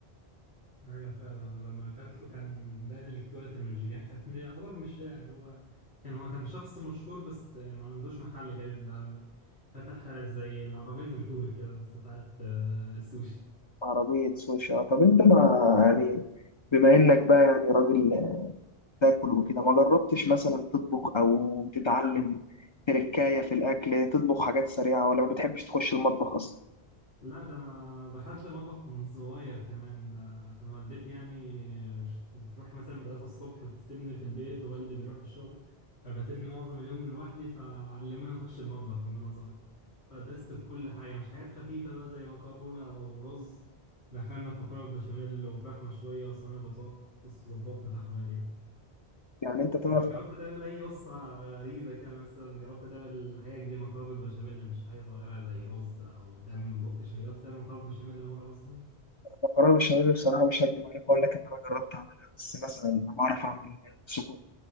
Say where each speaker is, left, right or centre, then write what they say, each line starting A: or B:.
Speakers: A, on the left (about 85°); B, on the left (about 40°).
A: ايوه فعلا انا لما اكلته كان باين الكواليتي مش يعني كانت من- يعتبر مش شائع اللي هو كان هو كان شخص مشهور بس ما عندوش محل كده بيبقى فتح زي العربية الفول كده بس بتاعت آه، السوشي
B: عربية سوشي آه، طب أنت ما يعني بما إنك بقى يعني راجل تاكل وكده ما جربتش مثلا تطبخ أو تتعلم تركاية في الأكل تطبخ حاجات سريعة ولا ما بتحبش تخش المطبخ أصلا
A: لا ده انا دخلت المطبخ من صغير كمان ده عشان والدتي يعني ش- بتروح مثلا مدرسة الصبح بتسيبني في البيت ووالدي بيروح الشغل فبتني معظم اليوم لوحدي فعلموني اخش المطبخ من وانا صغير فدست في كل حاجة مش حاجات خفيفة بقى زي مكرونة او رز دخلنا في مكرونة بالبشاميل وفراخ مشوية وصينية بطاطس فظبطنا الاحوال يعني
B: يعني أنت تعرف
A: انت جربت
B: تعمل
A: تعمل اي وصفة غريبة كده يعني مثلا جربت تعمل حاجة كبيرة مكرونة بالبشاميل مش حاجة صغيرة زي رز او تعمل بقش جربت تعمل مكرونة بالبشاميل مرة مثلا
B: مكرونة بشاميل بصراحة مش هكدب عليك أقول لك إن أنا جربت أعملها بس مثلا أنا بعرف أعمل سجق